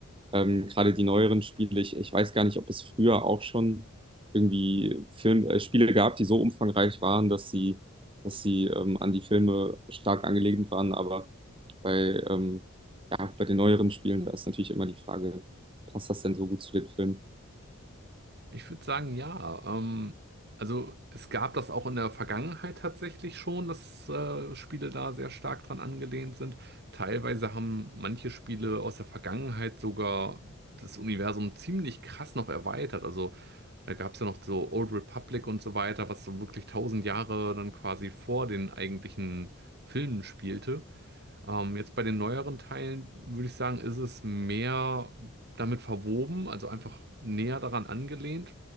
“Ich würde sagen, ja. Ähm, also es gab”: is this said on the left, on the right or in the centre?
Right